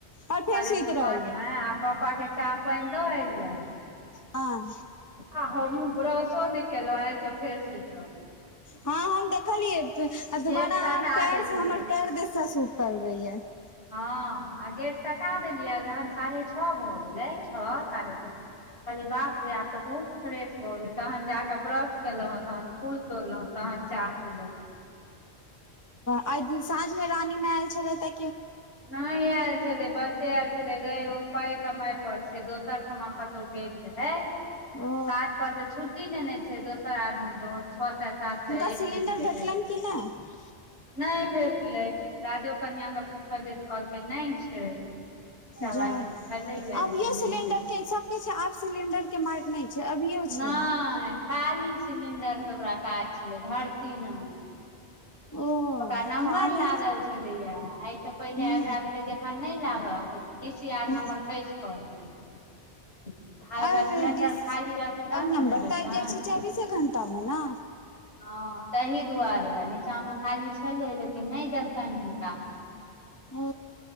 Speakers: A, on the left (about 20°); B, on the left (about 70°).
A: आओर फेर
B: साढ़े
A: सुति
B: छओ पाच
A: रहलियै
B: ग आ पप्पा के चाह पानि द एलियै
A: ह
B: आ हम ब्रशो नहि केलहुं आबिकऽ फेर सुति रहहु
A: हँ हम देखलियै दुबारा
B: गेट सटा
A: पेड़
B: देलियै
A: से हमर पेर द सूट चल गईऐ <inaudible>
B: हँ आ गेट सटा देलियै जहन साढ़े छह भऽ गेलै छत कहलियै बाप रे आब तऽ बहुत फ्रेश भऽ गेलै तहन जाकऽ ब्रश केलहु हन फूल तोड़लहुँ तहन चाह पिलहुँ
A: आइ साँझ मे रानीमे आयल छले त
B: नहि आयल छलै ब आयल छलै पााय कमााय पर छै दोसर ठमा कतहु गेल रहे
A: ओ
B: काज कर त छुटी ने ने छै दोसर आदमी ज छओ सात सात सॅ
A: हुनका
B: एक
A: सिलेंडर
B: दिन के
A: भेटलनि
B: देतै
A: कि नहि
B: नहि भेटलै राजो कन्य के पूछल जे तऽ कहलकै नहि छै नीचा
A: ज
B: वाली के छलैया
A: अभियो
B: लेकिन
A: सिलिंडर
B: नहि देतै
A: के सबके छै आब सिलिंडर के मारि नहि छै अभियो
B: नहि
A: छै
B: खाली सिलिंडर के ओकरा काज छलै भरती न
A: ओ
B: ओकरा नम्बर
A: खाली
B: लागल छलैया एहिसँ पहिले
A: हूँ
B: एकरा भेल जखन नहि लागत डी सी आर
A: हूँ
B: नम्बर खैस परलै आब
A: आ
B: ओकरा सिलेंडर
A: डिस
B: खाली रहतै तहने
A: आ नम्बर
B: ने ने देतै
A: तऽ आबि जाइ छै चौबीसे घण्टा मे ने
B: हँ ताह दुआरे नीचाँमे खाली छलै लेकिन नहि देलकनि हुनका
A: ओ